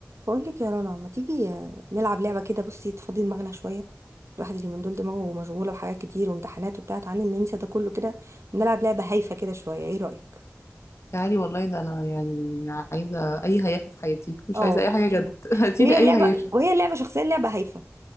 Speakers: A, on the right; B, on the left.
A: بقول لك يا رنا ما تيجي نلعب لعبه كده بصي تفضي دماغنا شويه الواحد اللي من دول دماغه مشغوله بحاجات كتير وامتحانات وبتاع تعالى ننسى ده كله كده ونلعب لعبه هايفه كده شويه ايه رايك
B: تعالي والله ده انا يعني عايزه اي هيافه في حياتي مش
A: اه
B: عايزه اي حاجه جد <laughs> هاتيلي
A: وهي
B: اي
A: اللعبه
B: هيافه
A: وهي اللعبه شخصيا لعبه هايفه